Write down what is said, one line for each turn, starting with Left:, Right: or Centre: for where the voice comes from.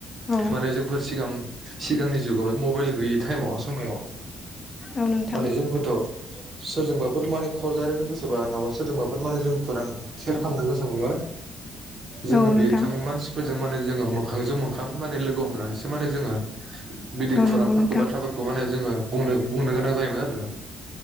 Left: औ
Right: माने जोंफोर सिगां सिगांनि जुगाव मबेल गोयै टाइमाव समायाव
Left: औ नोंथां
Right: माने जोंफोरथ सोरजोंबाफोर माने खल लायरायनो गोसोबा नङाबा सोरजोंबाफोर माने जों खौरां सेयार खालामनो गोसोमोनबा जोङो
Left: औ नोंथां
Right: बिथां मानसिफोर जों माने जोङो मोखांजों मोखां माने लोगो हमनानैसो माने जोङो बिदि
Left: औ
Right: खौरांफोरखौ
Left: नंगौ नोंथां
Right: बाथ्राफोरखौ माने जोङो बुंनो बुंनो गोनां जायोमोन आरो